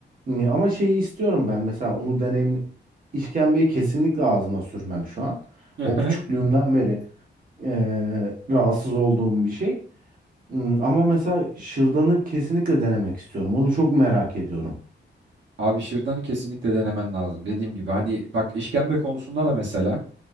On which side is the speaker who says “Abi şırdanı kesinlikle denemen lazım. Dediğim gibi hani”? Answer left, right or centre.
Right